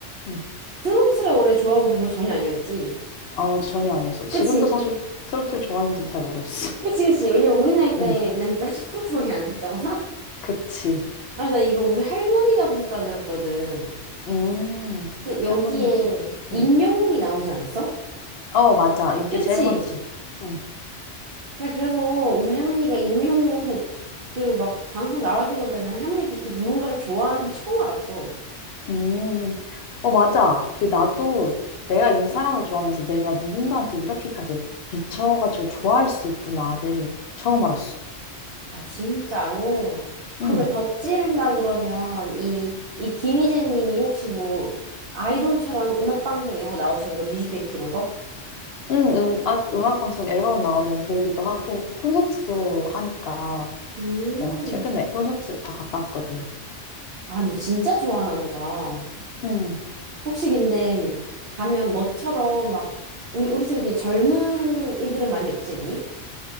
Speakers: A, on the left; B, on the right.
A: 응.
B: 트로트를 원래 좋아하고 그런 거 전혀 아니었지?
A: 어 전혀 아니었어. 지금도
B: 그치,
A: 사실 트로트를 좋아하는지는 잘 모르겠어.
B: 그치, 그치. 왜냐면 우리 나이
A: <laughs>
B: 때는
A: 응,
B: 사실 트로트밖에 안 듣잖아? <laughs>
A: 그치.
B: 아니, 나 이거 우리 할머니가 보셨다고 들었거든.
A: 음,
B: 근데
A: 할머니.
B: 여기에 임영웅이
A: 응.
B: 나오지 않았어?
A: 어 맞아 인기
B: 그치?
A: 제일 많지. 응.
B: 그래, 그래서 우리 할머니가 임영웅 <laughs> 그 막 방송 나올 때마다는 할머니가 그렇게 누군가를 좋아하는지 처음 알았어.
A: 음, 어 맞아. 그 나도 내가 이 사람을 좋아하면서 내가 누군가한테 이렇게까지 미쳐가지고 좋아할 수 있구나를 처음 알았어.
B: 와, 진짜로? 그러면
A: 응,
B: 덕질한다 그러면 이, 이 김희재 님이 혹시 뭐 아이돌처럼 음악방송 이런 거 나오시는 거? 뮤직뱅크 이런 거?
A: 응, 음악, 음악 방송 앨범 나오면 돌기도 하고, 또 콘서트도 하니까,
B: 음.
A: 내가 최근에 콘서트 다 갔다 왔거든.
B: 아, 너 진짜 좋아하나 보다.
A: 응,
B: 혹시 근데 가면 너처럼 막 우리, 우리처럼 이렇게 젊은 이들은 많이 없지 않니?